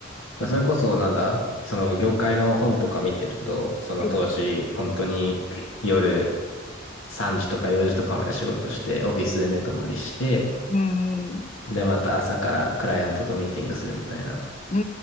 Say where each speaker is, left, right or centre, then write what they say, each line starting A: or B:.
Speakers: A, on the left; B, on the left.
A: らそれこそなんだその業界の本とか見てると、その当時、
B: はい。う
A: 本当に夜3時とか4時とかまで仕事して、オフィスで寝泊まりして、
B: ーん。
A: で、また朝からクライアントとミーティングするみたいな
B: うー